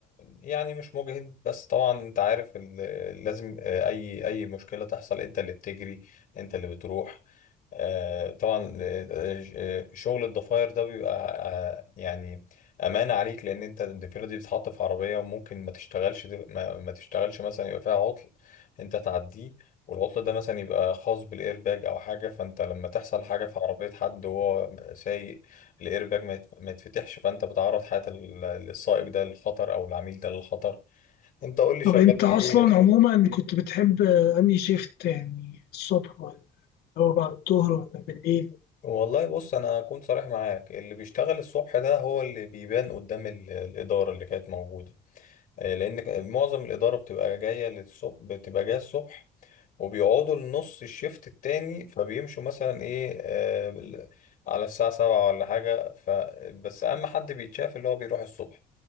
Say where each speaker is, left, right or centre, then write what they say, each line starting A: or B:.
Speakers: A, on the left; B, on the left.
A: يعني مش مجهد بس طبعا أنت عارف إن لازم آه، أي أي مشكلة تحصل أنت اللي بتجري أنت اللي بتروح آه، طبعا آه، آه، شغل الضفاير ده بيبقى آه، يعني أمانة عليك لأن أنت الضفيرة دي بتتحط في عربية وممكن ما تشتغلش ما, ما تشتغلش مثلا يبقى فيها عطل أنت تعديه والعطل ده مثلا يبقى خاص بالايرباج او حاجه فانت لما تحصل حاجه في عربيه حد وهو سايق الايرباج ما يت- ما يتفتحش فانت بتعرض حياه ال- السائق ده للخطر او العميل ده للخطر انت قول لي شغال
B: طب انت اصلا
A: في ايه
B: عموما كنت بتحب آه، انهي شيفت يعني الصبح ولا هو بعد الظهر ولا بالليل
A: والله بص انا اكون صريح معاك اللي بيشتغل الصبح ده هو اللي بيبان قدام ال- الاداره اللي كانت موجوده آه، لان ك- معظم الاداره بتبقى جايه للصبح بتبقى جايه الصبح وبيقعدوا لنص الشيفت التاني فبيمشوا مثلا ايه آه بال- على الساعة سبعة ولا حاجة ف بس أهم حد بيتشاف اللي هو بيروح الصبح